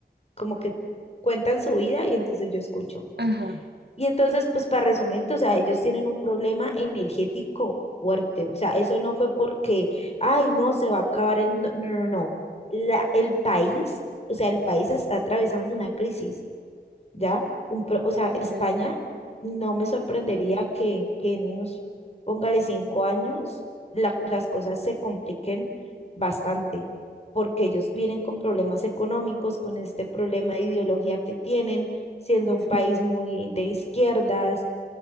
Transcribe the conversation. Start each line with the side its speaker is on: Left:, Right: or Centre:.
Left: como que cuentan su vida y entonces yo escucho.
Right: Ajá,
Left: Y entonces, pues para resumirte, o sea, ellos tienen un problema energético fuerte. O sea, eso no fue porque, ay, no, se va a acabar el mundo". No, no, no. La, el país, o sea, el país está atravesando una crisis. ¿ya? Un pro- o sea, España
Right: ya, ya.
Left: no me sorprendería que, que en unos, póngale cinco años, la- las cosas se compliquen bastante, porque ellos vienen con problemas económicos, con este problema de ideología que tienen, siendo un
Right: Sí.
Left: país muy de izquierdas,